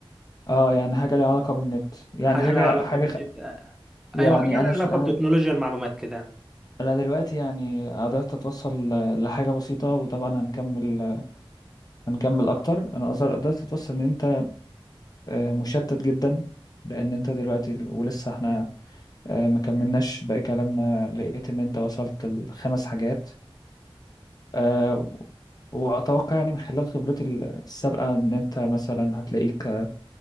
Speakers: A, on the left; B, in the centre.
A: آه، يعني حاجة ليها علاقة بالنت يعني
B: حاجه
A: حاجة
B: لها علاقه
A: حاجة
B: بالنت
A: خ... يعني
B: ايوه حاجه
A: انا
B: لها
A: ش...
B: علاقه
A: انا
B: بتكنولوجيا المعلومات كده
A: أنا دلوقتي يعني قدرت اتوصل ل- لحاجة بسيطة وطبعا هنكمل هنكمل اكتر انا قدر- قدرت اتوصل ان انت آه، مشتت جدا لان انت دلوقتي ولسه احنا آه، ما كملناش باقي كلامنا لقيت ان انت وصلت لخمس حاجات آه، واتوقع يعني من خلال خبرتي السابقة ان انت مثلا هتلاقيك